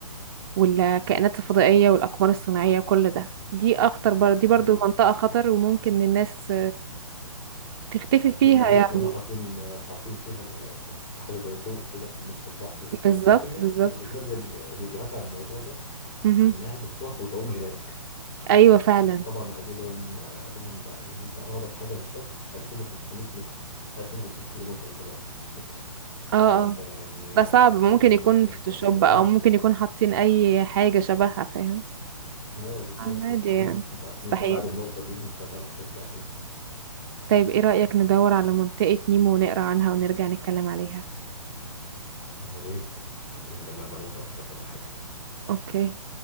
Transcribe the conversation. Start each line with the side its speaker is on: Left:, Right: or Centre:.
Right: والكائنات الفضائية والأقمار الصناعية كل ده دي أخطر بر... دي برضو
Left: أيوة.
Right: منطقة خطر وممكن الناس تختفي فيها
Left: دي حقيقة
Right: يعني
Left: اللي هم حاطين حاطين فيها ال- حاجة زي طوق كده في نص البحر وبتاع
Right: بالظبط
Left: كان في ناس
Right: بالظبط
Left: بتنزل فيديوهات عن الموضوع ده
Right: مهم.
Left: إنها بتروح وتعوم هناك
Right: ايوه فعلا
Left: بس طبعا قالوا لهم قالوا لهم ده يعني أنت أقرب حاجة للشط 2500 متر 2500 كيلو متر طبعا يعني مش متر فأنت
Right: اه اه
Left: يعني
Right: ده
Left: آه،
Right: صعب ممكن
Left: يعني
Right: يكون
Left: ما ينفع-
Right: فوتوشوب
Left: ما ينفعش
Right: او ممكن يكون حاطين اي حاجة شبهها فاهم
Left: اه بالظبط
Right: عادي
Left: مستحيل
Right: يعني
Left: انت اصلا
Right: مستحيل
Left: انت بعد النقطة دي مش هتعرف ترجع تاني يعني
Right: طيب ايه رأيك ندور على منطقة نيمو ونقرا عنها ونرجع نتكلم عليها
Left: يا ريت حد نجمع معلومات اكتر ولا حاجة
Right: اوكي